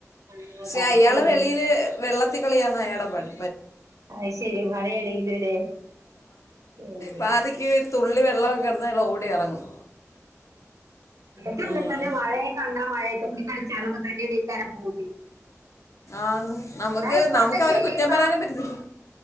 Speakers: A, on the right (about 75°); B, on the left (about 70°).
A: ആഹ്
B: പക്ഷെ
A: തണുപ്പ്
B: അയാളെ വെളിയില്
A: ഉം
B: വെള്ളത്തി കളിയാണ് അയാടെ പണീ
A: അത് ശെരി മഴയളലൂല്ലേ മ്മ്
B: പാതിക്ക് തുള്ളി വെള്ളമൊക്കെകെടന്ന അയാൾ ഓടി ഇറങ്ങും
A: ഇങ്ങനെ
B: ഉം.
A: തന്നെ വഴെക്കാണ് മഴയത്തെ കൂടി കളിച്ചാണൊക്കെ തന്നെണീക്കാരം പൂതി
B: ആന്ന് നമുക്ക്
A: എന്നാ ആയ്ക്കോട്ടെ
B: നമുക്ക് അവരെ
A: ശരി
B: കുറ്റം
A: ന്നാ
B: പറയാനും പറ്റത്തില്ല